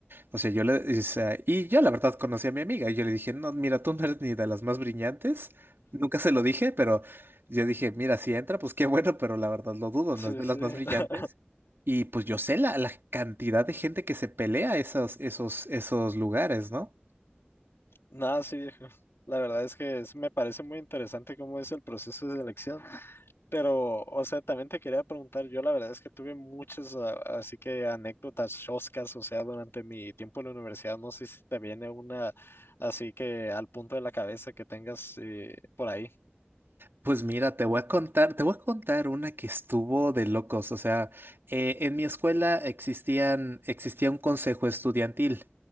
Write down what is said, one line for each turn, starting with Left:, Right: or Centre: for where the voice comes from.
Right: o sea, yo le, o sea, y yo la verdad conocí a mi amiga y yo le dije, no, mira, tú no eres ni de las más brillantes. Nunca se lo dije, pero yo dije, mira, si entra, pues qué bueno, pero la verdad lo dudo,
Left: Sí,
Right: no es de
Left: sí.
Right: las más brillantes.
Left: <laughs>
Right: Y pues yo sé la, la cantidad de gente que se pelea esos, esos, esos lugares, ¿no?
Left: Nada, sí, viejo. La verdad es que es- me parece muy interesante cómo es el proceso de selección. Pero, o sea, también te quería preguntar, yo la verdad es que tuve muchas, ah, así que anécdotas choscas, o sea, durante mi tiempo en la universidad, no sé si te viene una así que al punto de la cabeza que tengas eh, por ahí.
Right: Pues mira, te voy a contar, te voy a contar una que estuvo de locos. O sea, eh, en mi escuela existían, existía un consejo estudiantil.